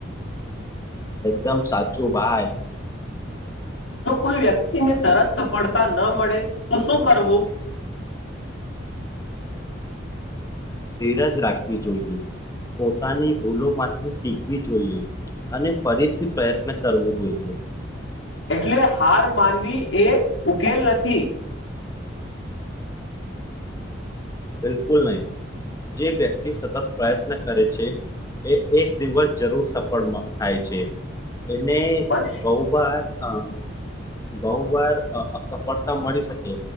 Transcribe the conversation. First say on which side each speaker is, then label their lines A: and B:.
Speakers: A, on the left; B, on the left.
A: એકદમ સાચું ભાઈ
B: જો કોઈ વ્યક્તિને તરત સફળતા ન મળે તો શું કરવું <inaudible>
A: ધીરજ રાખવી જોઈએ પોતાની ભૂલોમાંથી શીખવી જોઈએ અને ફરીથી પ્રયત્ન કરવો જોઈએ
B: એટલે હાર માનવી એ ઉકેલ નથી
A: બિલકુલ નહી જે વ્યક્તિ સતત પ્રયત્ન કરે છે એ એક દિવસ જરૂર સફળ થાય છે એને
B: મન
A: બહુ વાર અ બહુ વાર અસફળતા મળી શકે